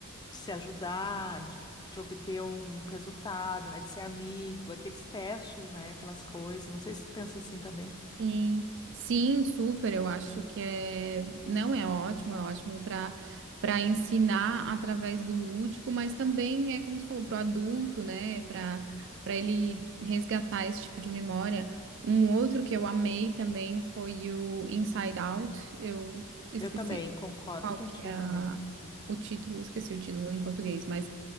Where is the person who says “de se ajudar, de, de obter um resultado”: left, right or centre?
Left